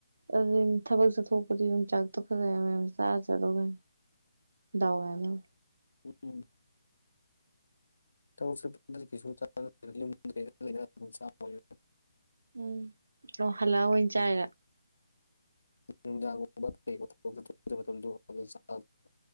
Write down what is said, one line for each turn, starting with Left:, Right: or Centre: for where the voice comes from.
Right: ꯑꯗꯨ ꯊꯕꯛ ꯆꯠꯊꯣꯛꯄꯗꯤ ꯌꯣꯡꯆꯥꯛ ꯇꯣ ꯈꯔ ꯈꯔ ꯌꯥꯝ ꯌꯥꯝ ꯆꯥꯔ ꯆꯠꯂꯣꯍꯦ ꯗꯥꯎ ꯋꯥꯅꯕ
Left: ꯎꯝ ꯊꯕꯛ ꯆꯠꯊꯣꯛꯄꯗꯗꯤ ꯀꯩꯁꯨ ꯆꯥꯗꯦꯗ ꯌꯥꯝꯗ ꯂꯩꯔ ꯂꯩꯔ ꯃꯇꯝꯗꯅꯤ
Right: ꯎꯝ ꯑꯣ ꯍꯜꯂꯛꯑꯑꯣꯏ ꯑꯣꯏꯅ ꯆꯥꯏꯔ
Left: <unintelligible>